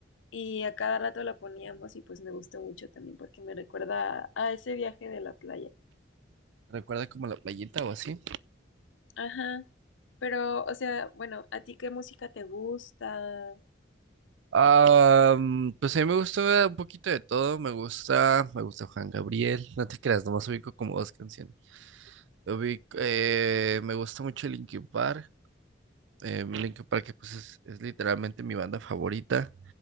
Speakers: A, on the left; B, on the right.
A: y a cada rato la poníamos y pues me gustó mucho también porque me recuerda a ese viaje de la playa.
B: ¿Recuerda como la playita o así?
A: Ajá, pero o sea, bueno, ¿a ti qué música te gusta?
B: Ah, mm, pues a mí me gusta un poquito de todo, me gusta, me gusta Juan Gabriel, no te creas, nomás ubico como dos canciones. Ubico, eh, me gusta mucho Linkin Park, eh, Linkin Park que pues es, es literalmente mi banda favorita.